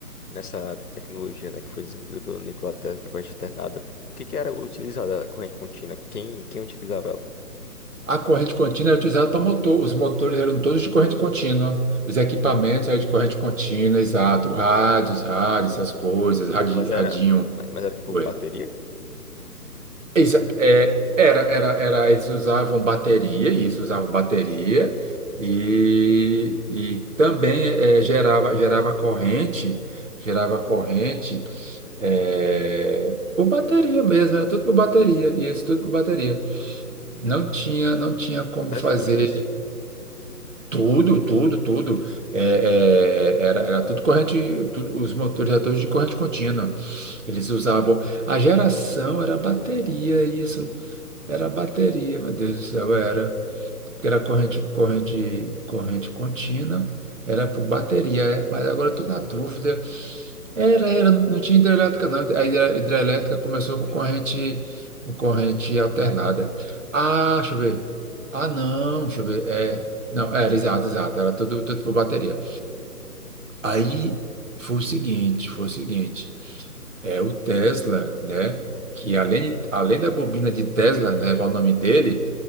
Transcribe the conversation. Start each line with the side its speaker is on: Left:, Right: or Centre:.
Left: nessa tecnologia, né, que foi desenvolvida pelo Nikola Tesla, da corrente alternada, o que que era utilizada a corrente contínua? Quem, quem utilizava ela?
Right: A corrente contínua era utilizada para motor. Os motores eram todos de corrente contínua. Os equipamentos
Left: É,
Right: eram de corrente contínua, exato. Rádios, rádios, essas coisas, radi,
Left: mas
Right: radinho.
Left: era, mas era que por
Right: Oi.
Left: bateria?
Right: Exa- é, era, era, era, eles usavam bateria, isso usavam bateria, e, e também é, gerava, gerava corrente, gerava corrente é, por bateria mesmo, era tudo por bateria, isso tudo por bateria. Não tinha, não tinha como
Left: Até
Right: fazer
Left: as indústrias?
Right: tudo, tudo, tudo. é, é, era, era tudo corrente, tudo, os motores eram todos de corrente contínua. Eles usavam, a geração era bateria, isso. Era bateria, meu Deus do céu, era. Porque era corrente, corrente, corrente contínua, era por bateria, é, mas agora eu tô na dúvida. Era, era, não tinha hidrelétrica, não. A hidre- hidrelétrica começou com corrente, com corrente alternada. Ah, deixa eu ver. Ah, não, deixa eu ver. É, não, era, exato, exato, era tudo, tudo por bateria. Aí foi o seguinte, foi o seguinte, é o Tesla, né? Que
Left: Uhum.
Right: além, além da bobina de Tesla, né, levar o nome dele